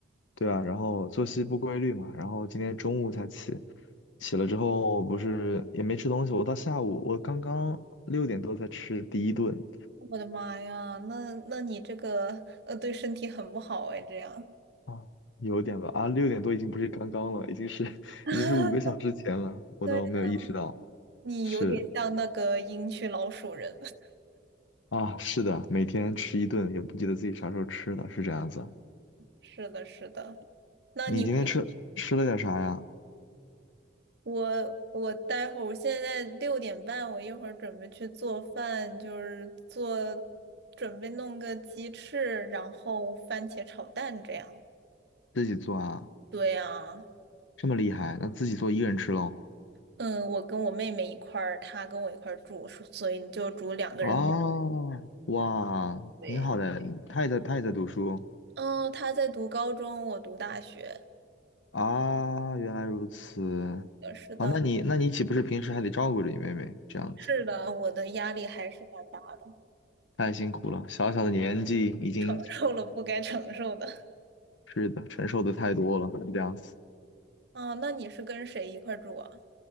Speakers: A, on the left; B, on the right.
A: 对啊，然后作息不规律嘛，然后今天中午才起，起了之后不是也没吃东西，我到下午我刚刚六点多才吃第一顿，
B: 我的妈呀，那那你这个呃对身体很不好哎，这样，
A: 哦，有点吧，啊，六点多已经不是刚刚了，已经是 <laughs>
B: <laughs>
A: 已经是五个小时前了，我都没有意识到，
B: 对你有点像那个鹰区老鼠人。
A: 是。
B: <laughs>
A: 啊，是的，每天吃一顿，也不记得自己啥时候吃的，是这样子。
B: 是的，是的。那你平
A: 你今天吃吃了点啥呀？
B: 我我待会儿，我现在六点半，我一会儿准备去做饭，就是做准备弄个鸡翅，然后番茄炒蛋这样。
A: 自己做啊？
B: 对呀。
A: 这么厉害，那自己做一个人吃喽？
B: 嗯，我跟我妹妹一块儿，她跟我一块儿住，所所以就住两个人。
A: 嗯哦，哇，
B: 对，
A: 挺好的。他也在，他也在读书
B: 嗯，她在读高中，我读大学。
A: 啊。原来如此
B: 呃是的，
A: 啊，那你那你岂不是平时还得照顾着你妹妹这样子？
B: 是的，我的压力还是蛮大的，<laughs>
A: 太辛苦了，小小的年纪已经
B: 承受了不该承受的。
A: 是的，承受的太多了这样子。
B: <laughs> 哦，那你是跟谁一块儿住啊？